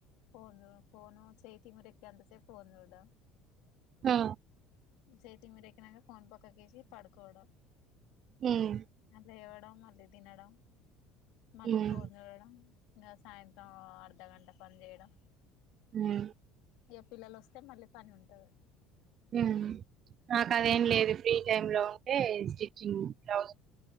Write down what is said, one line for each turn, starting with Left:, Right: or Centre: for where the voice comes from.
Left: ఫోన్ ఫోను చేయు తిమ్మిరి అంత సేపు ఫోన్ చూడడం
Right: ఆ
Left: చెయ్యి తిమ్మిరి ఎక్కి నాక ఫోన్ పక్కకేసి పడుకోవడం
Right: ఉమ్
Left: మళ్ళీ లేవ్వడం మళ్ళీ తినడం మళ్ళీ
Right: ఉమ్
Left: ఫోన్ చూడడం ఇంగ సాయంత్రం అర్ధగంట పని చేయడం
Right: ఉం
Left: ఇగ పిల్లలు వస్తే మళ్ళీ పని ఉంటది
Right: ఉం నాకదేం లేదు ఫ్రీ టైమ్ లో ఉంటే స్టిచ్చింగ్ బ్లౌజ్